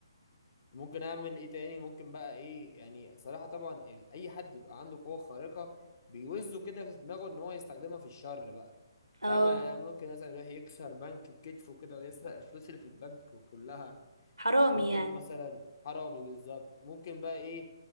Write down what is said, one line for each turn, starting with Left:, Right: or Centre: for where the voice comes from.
Left: ممكن اعمل ايه تاني ممكن بقى ايه يعني صراحه طبعا ال- اي حد يبقى عنده قوه خارقه بيوزه كده في دماغه ان هو يستخدمها في الشر بقى فاهمة
Right: اه
Left: يعني ممكن مثلا يروح يكسر بنك بكتفه كده ويسرق الفلوس اللي في البنك كلها
Right: حرامي
Left: ممكن
Right: يعني
Left: مثلا حرامي بالظبط ممكن بقى ايه